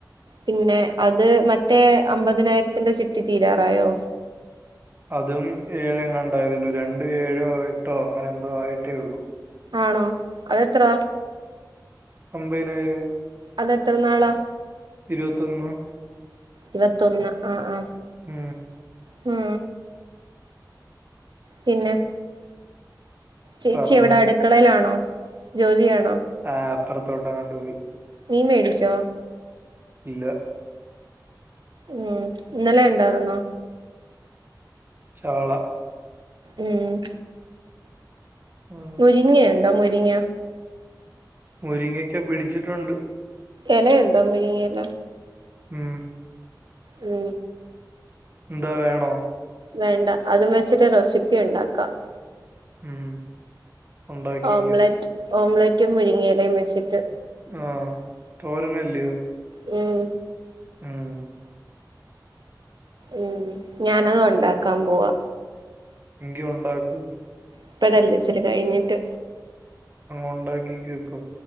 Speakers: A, on the right; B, on the right.
A: പിന്നെ അത് മറ്റേ അമ്പതിനായിരത്തിന്റെ ചിട്ടി തീരാറായോ?
B: അതും എയങ്ങാണ്ടോയതേയുള്ളു, രണ്ട് ഏഴോ, എട്ടോ അങ്ങനെ എന്തോ ആയിട്ടേ ഉള്ളു.
A: ആണോ അതെത്രാ
B: അമ്പതിനായിരം
A: അതെത്ര നാളാ
B: ഇരുപത്തൊന്ന്
A: ഇരുപത്തൊന്ന് ആ ആ
B: മ്
A: മ് പിന്നെ ചേച്ചി
B: പറഞ്ഞോ
A: എവിടെ അടുക്കളയിലാണോ? ജോലിയാണ്
B: ആ അപ്പറത്തോട്ടെങ്ങാണ്ട് പോയി
A: മീൻ മേടിച്ചോ?
B: ഇല്ല
A: മ് ഇന്നലെ ഇണ്ടാറുന്നോ?
B: കാള
A: ഉം
B: ഉം.
A: മുരിങ്ങയുണ്ടോ മു രിങ്ങ
B: മുരിങ്ങയ്ക്ക പിടിച്ചിട്ടുണ്ട്.
A: എലയുണ്ടോ മുരിങ്ങേല
B: മ്
A: മ്
B: എന്താ വേണോ?
A: വേണ്ട അതും വെച്ചിട്ട് റെസിപ്പി ഉണ്ടാക്കാം.
B: ഉം ഉണ്ടാക്കിക്കോ.
A: ഓംലറ്റ് ഓംലറ്റും മുരിങ്ങയെലയും വെച്ചിട്ട്
B: ആ തോരനല്ലയോ?
A: ഉം
B: ഉം
A: ഉം ഞാനത് ഒണ്ടാക്കാൻ പോവാ.
B: എങ്കി ഒണ്ടാക്ക്.
A: ഇപ്പഴല്ല ഇച്ചരി കഴിഞ്ഞിട്ട്.
B: ഒണ്ടാക്കിക്കോ ഇപ്പം.